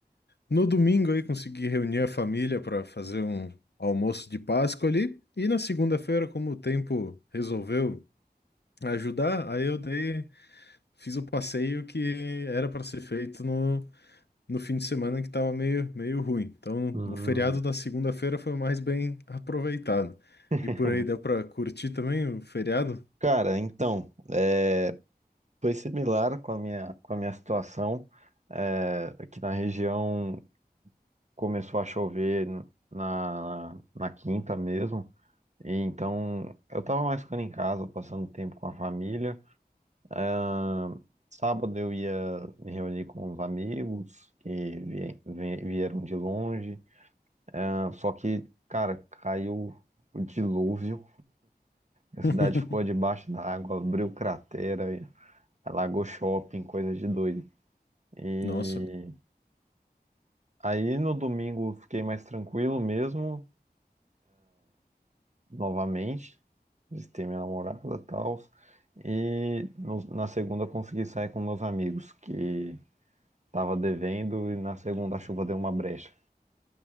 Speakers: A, on the left; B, on the right.
A: No domingo aí consegui reunir a família para fazer um almoço de Páscoa ali. E na segunda-feira, como o tempo resolveu ajudar, aí eu dei Fiz o passeio que era para ser feito no, no fim de semana que estava meio, meio ruim. Então,
B: Hum.
A: o feriado da segunda-feira foi o mais bem aproveitado.
B: <laughs>
A: E por aí deu para curtir também o feriado?
B: Cara, então, é, foi similar com a minha, com a minha situação. É, aqui na região começou a chover na, na quinta mesmo. E então, eu tava mais ficando em casa, passando tempo com a família. Ah, sábado eu ia me reunir com os amigos que vie- vie- vieram de longe. Ah, só que, cara, caiu o dilúvio. A cidade
A: <laughs>
B: ficou debaixo da água, abriu cratera, alagou shopping, coisa de doido. E
A: Nossa,
B: aí no domingo fiquei mais tranquilo mesmo, novamente. Visitei minha namorada e tal. E no- na segunda eu consegui sair com meus amigos, que Tava devendo e na segunda a chuva deu uma brecha.